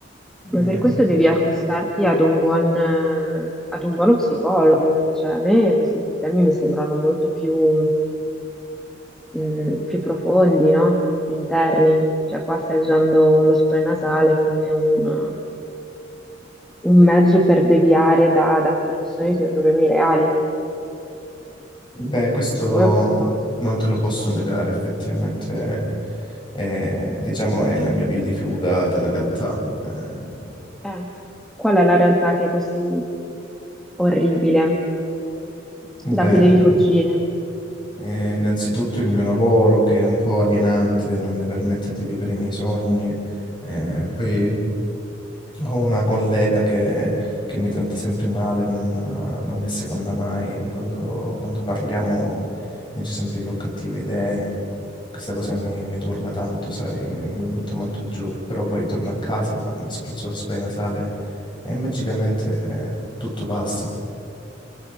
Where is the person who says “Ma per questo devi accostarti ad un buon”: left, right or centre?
Centre